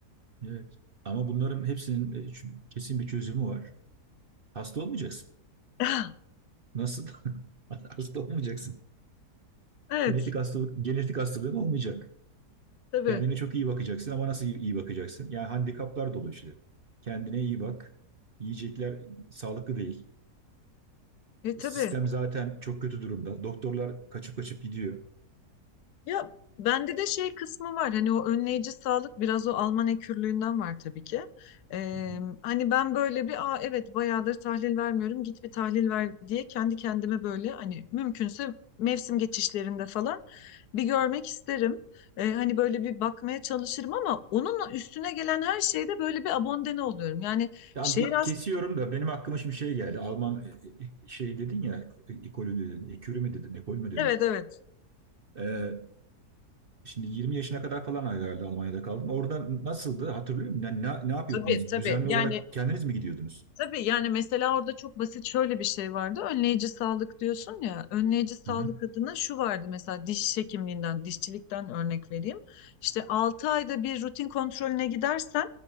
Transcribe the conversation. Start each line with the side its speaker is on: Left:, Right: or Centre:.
Right: Evet. Ama bunların hepsinin e, ç- kesin bir çözümü var. Hasta olmayacaksın.
Left: <laughs>
Right: Nasıl? <laughs> Hasta olmayacaksın.
Left: Evet,
Right: Genetik hastalık, genetik hastalığın olmayacak.
Left: tabii.
Right: Kendine çok iyi bakacaksın ama nasıl iyi iyi bakacaksın? Yani handikaplar dolu işte. Kendine iyi bak. Yiyecekler sağlıklı değil.
Left: E tabii.
Right: Sistem zaten çok kötü durumda. Doktorlar kaçıp kaçıp gidiyor.
Left: Ya bende de şey kısmı var. Hani o önleyici sağlık biraz o Alman ekürlüğünden var tabii ki. Ee,
Right: Hı hı.
Left: hani ben böyle bir Aa, evet bayağıdır tahlil vermiyorum. Git bir tahlil ver diye kendi kendime böyle hani mümkünse mevsim geçişlerinde falan bir görmek isterim. Ee, hani böyle bir bakmaya çalışırım ama onunla üstüne gelen her şeyde böyle bir abondene oluyorum. Yani
Right: Yani
Left: şehir
Right: bir
Left: az
Right: kesiyorum da benim aklıma şimdi şey geldi. Alman e, e, şey dedin ya, e- ekolü dedin, ekürü mü dedin, ekol mü dedin?
Left: Evet evet
Right: Ee, şimdi 20 yaşına kadar falan herhalde Almanya'da kaldın. Orada nasıldı hatırlıyor musun? Yani ne, ne yapıyordunuz?
Left: tabii tabii
Right: Düzenli
Left: yani
Right: olarak kendiniz mi gidiyordunuz?
Left: Tabii yani mesela orada çok basit şöyle bir şey vardı. Önleyici sağlık diyorsun ya. Önleyici sağlık
Right: Hı hı.
Left: adına şu vardı mesela diş hekimliğinden, dişçilikten örnek vereyim. İşte 6 ayda bir rutin kontrolüne gidersen